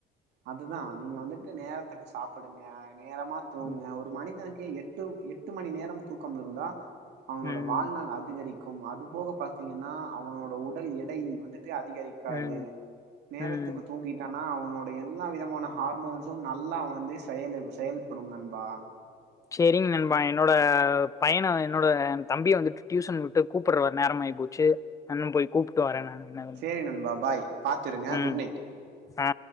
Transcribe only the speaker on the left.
ம்
ம்
ம்
ம்
சேரிங் நண்பா என்னோட பையன என்னோட என் தம்பிய வந்துட்டு டியூசன் விட்டு கூப்புட்றுவர் நேரமாயி போச்சு நானு போய் கூப்ட்டு வரே நானு என்னதுன்னு
ம்
ஆ